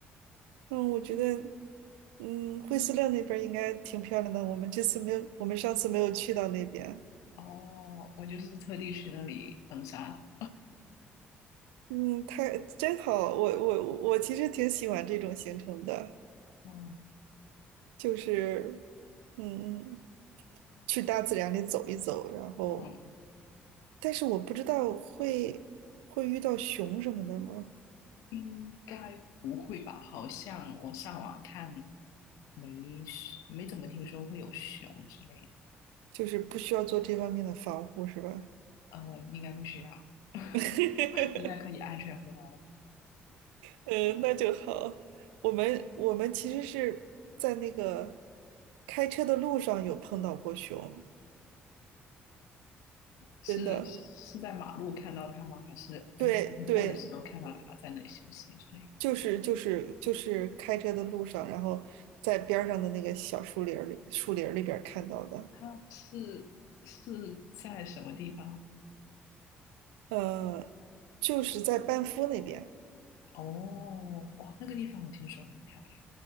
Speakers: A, on the right; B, on the left.
A: 嗯，我觉得。嗯，惠斯勒那边儿应该挺漂亮的。我们这次没有，我们上次没有去到那边。
B: 哦，我就是特地去那里登山。
A: 嗯，太真好。我我我其实挺喜欢这种行程的，
B: 嗯
A: 就是，嗯嗯，去大自然里走一走。然后，
B: 嗯，
A: 但是我不知道会会遇到熊什么的吗？
B: 应该不会吧？好像我上网看没没怎么听说会有熊之类的。
A: 就是不需要做这方面的防护，是吧？
B: 呃，应该不需要，<laughs>
A: <laughs>
B: 应该可以安全回来的。
A: 嗯，那就好。我们我们其实是在那个开车的路上有碰到过熊。
B: 是是在马路看到他吗？
A: 真的，
B: 还是哎经过的时候看到他在那里休息之类的？
A: 对对，就是就是就是开车的路上，然后在边上的那个小树林儿里，树林儿里边儿看到的，
B: 他是是在什么地方？
A: 呃，就是在班夫那边，
B: 哦，哇，那个地方我听说很漂亮。